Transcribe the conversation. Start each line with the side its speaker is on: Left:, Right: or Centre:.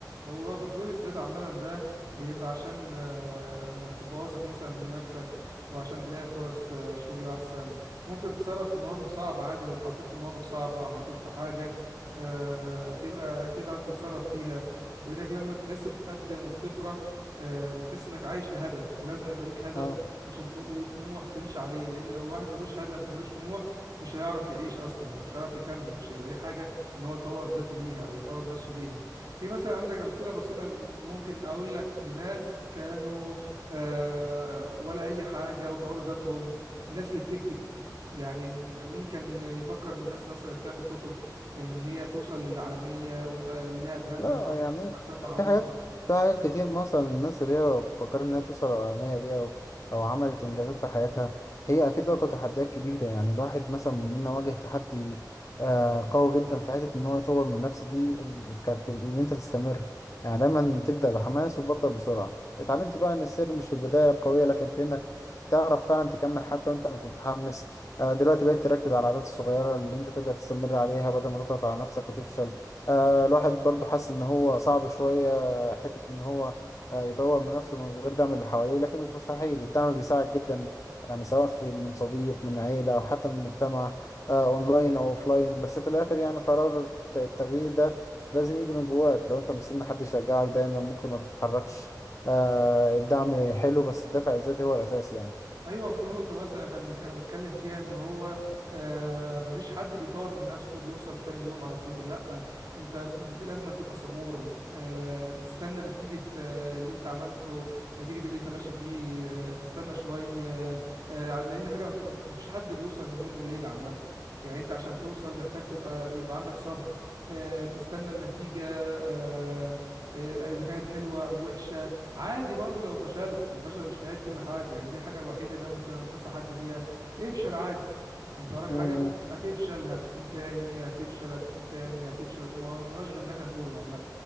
Right: هو تطوير الذات عامة ده بيبقى عشان آه، انك تبقى واثق مثلا من نفسك وعشان تلاقي فرص آه، شغل احسن ممكن تتصرف في مواقف صعبة عادي لو اتحطيت في مواقف صعبة حطيت في حاجة آه، تبقى تقدر تتصرف فيها وانك لما تحس بتتقدم وبتفرح آه، بتحس انك عايش لهدف ولازم يبقى ليك هدف
Left: آه.
Right: عشان ت- وطموح تمشي عليه لان لو الواحد ملوش هدف وملوش طموح مش هيعرف يعيش اصلا يعني مش هيعرف يكمل مش هيبقى ليه حاجة ان هو يطور ذاته ليها او يطور نفسه ليها في مثلا عندك امثله بسيطه م- ممكن اقول لك لناس كانوا آه، ولا اي حاجه وطوروا ذاتهم الناس اللي بتكتب يعني م- مين كان يفكر ان مثلا الناس اللي بتعمل كتب ان هي توصل للعالميه ويبقى لها براند
Left: لا
Right: معروف
Left: يعني
Right: واسامي معروفه
Left: في حاجات في حاجات كتير مثلا الناس اللي هي فكرت إنها توصل للعالمية دي أو أو عملت إنجازات في حياتها هي أكيد واجهت تحديات كبيرة يعني الواحد مثلا مننا واجه تحدي آه قوي جدا في حتة إن هو يطور من نفسه دي كانت إن أنت تستمر يعني دايما تبدأ بحماس وتبطل بسرعة اتعلمت بقى إن السر مش في البداية القوية لكن في إنك تعرف فعلا تكمل حتى وأنت مش متحمس آه دلوقتي بقيت تركز على العادات الصغيرة اللي أنت تقدر تستمر عليها بدل ما تضغط على نفسك وتفشل آه، الواحد برضو حاسس ان هو صعب شوية حتة ان هو آه، يطور من نفسه من غير دعم اللي حواليه لكن مش مستحيل الدعم بيساعد جدا يعني سواء في من صديق من عيلة او حتى من مجتمع آه، اونلاين او اوفلاين بس في الاخر يعني قرار الت- التغيير ده لازم يجي من جواك لو انت مستني حد يشجعك دايما ممكن ما تتحركش آه، الدعم حلو بس الدافع الذاتي هو الاساس يعني
Right: ايوه في نقطه مثلا احنا بنك... انا بتكلم فيها ان هو آه مفيش حد بيطور من نفسه وبيوصل في تاني يوم على طول لا انت بت... لازم تبقى صبور آه تستنى نتيجه آه اللي انت عملته نتيجه اللي انت ماشي فيه آه تستنى شويه آه لان حاجه مفي- مفي- مفيش حد بيوصل من يوم وليله عامه يعني انت عشان توصل محتاج تبقى يبقى عندك صبر آه تستنى النتيجه آه آه، اذا كانت حلوه او وحشه عادي برضو لو فشلت الفشل مش نهاية كل حاجة يعني دي الحاجة الوحيدة اللي انا ممكن انصح حد بيها افشل عادي انت وراك
Left: م-
Right: حاجة
Left: م.
Right: هتفشل هتقوم تاني هتفشل هتقوم تاني هتفشل هتقوم هو ملناش غير ان احنا نقوم عامة